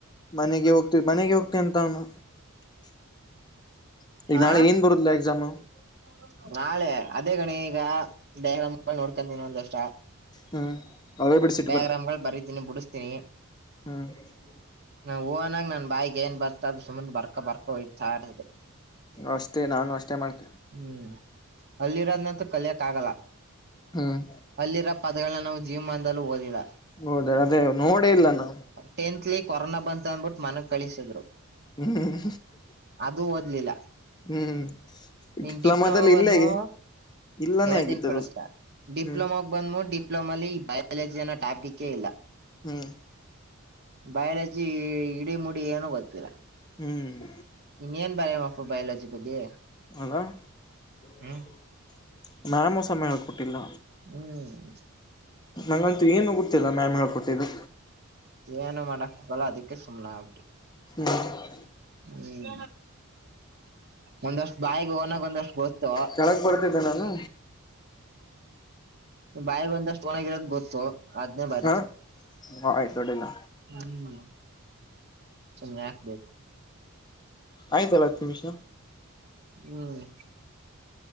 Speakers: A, on the left (about 20°); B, on the right (about 45°).
A: ಮನೆಗೆ ಹೋಗ್ತ ಮನೆಗೆ ಹೋಗ್ತ ಅಂತ ಅವನು <unintelligible> ಈಗ
B: ಹಾ
A: ನಾಳೆ ಏನ್ ಬರುದಿಲ್ಲ ಎಕ್ಸಾಮ್? -
B: <unintelligible> ನಾಳೆ ಅದೇ ಗಣಿ ಈಗ ಡಯ್ರಾಮ್ ನೋಡ್ಕೊಂದಿನೀ ಇನ್ನೊಂದಿಷ್ಟ
A: ಹ್ಮ್ ಅವೇ ಬಿಡ್ಸಿಟ್ಟು
B: ಡೈಗ್ರಾಮ್ ಗಳು ಬರೀತೀನಿ ಬಿಡಿಸ್ತೀನಿ.
A: ಹಾ <unintelligible>
B: ನಾ ಓನಾಗ ನನ್ ಬಾಯಗ್ ಏನ್ ಬರ್ತ ಅದು ಸುಮನೆ ಬರ ಬರ್ಕೋಯ್ತಾರದೆ.
A: ಅಷ್ಟೇ, ನಾನು ಅಷ್ಟೇ ಮಾಡ್ತೇನೆ.
B: ಹ್ಮ್ ಅಲ್ಲಿರೋದ್ನಂತೂ ಕಲಿಯಕ್ ಆಗಲ್ಲ.
A: ಹ್ಮ್
B: ಅಲ್ಲಿರೋ ಪದಗಳನ ನಾವು ಜೀವಮ್ನದಲೂ ಓದಿಲ್ಲ
A: ಹೌದ ಅದೇ ನೋಡೆ ಇಲ್ಲ ನಾವು.
B: ಟಂತ್ಲಿ ಕೊರೋನ ಬಂತ ಅಂದಬುಟ್ಟು. ಮನೆ ಕಳಿಸಿದ್ರು
A: ಹ್ಮ್
B: ಅದು ಓದ್ಲಿಲ್ಲ.
A: ಹ್ಮ್.
B: ಇನ್ನು
A: ಡಿಪ್ಲೊಮಾದಲ್ಲಿ
B: ಡಿಪ್ಲೊಮಾ ಬಂದ್ಮಾ
A: ಇಲ್ಲೇ ಇಲ್ಲಾನೇ
B: ಹೇಳುತೀನಿ
A: ಆಗಿತ್ತು
B: ಕೇಳಿಸ್ಕೊ
A: ಅದು
B: ಡಿಪ್ಲೊಮಾ.
A: ಹ್ಮ್
B: ಬಂದ್ಮಾ ಡಿಪ್ಲೊಮಾಲಿ ಬಯಾಲಜಿ ಅನ್ನು ಟಾಪಿಕೇ ಇಲ್ಲ.
A: ಹ್ಮ್.
B: ಬಯಾಲಜಿ ಇಡೀ ಮುಡಿ ಏನು ಗೊತ್ತಿಲ್ಲ.
A: ಹ್ಮ್.
B: ಇನ್ನೇನ್ ಬರೆಯನಪ್ಪ ಬಯಲಜಿ ಬಗ್ಗೆ.
A: ಅದಾ <unintelligible>
B: ಹ್ಮ್
A: ಸಮಯ ಯಾಕೆ ಕೊಟ್ಟಿಲ್ಲ.
B: ಹ್ಮ್.
A: ನಂಗಂತು ಏನು ಗೊತ್ತಿಲ್ಲ ಮ್ಯಾಮ್ ಹೇಳ್ಕೊಟ್ಟಿದ್ದು.
B: ಏನು ಮಾಡಕಾಗಲ್ಲ ಅದಕ್ಕೆ ಸುಮ್ಮನೆ ಆದ್ವಿ.
A: ಹ್ಮ್.
B: ಹ್ಮ್ ಒಂದಷ್ಟು ಬಾಯಿಗೆ ಓನಾಗಿ ಒಂದಷ್ಟು. ಗೊತ್ತು
A: ಕೆಳಗ್ ಬರ್ತಿದ್ದೆ ನಾನು
B: ಬಾಯಿಗೆ ಬಂದಷ್ಟು. ಓನ್ಗಿರೋದು ಗೊತ್ತು ಅದನೇ ಬರೀತಿನಿ
A: ಹಾ ಆಯ್ತು ಅಡ್ಡಿಲ್ಲ
B: ಹ್ಮ್ ಸುಮ್ನೆ ಯಾಕೆ ಬೇಕು.
A: ಆಯ್ತಲ್ಲ ಹತ್ತು ನಿಮಿಷ.
B: ಹ್ಮ್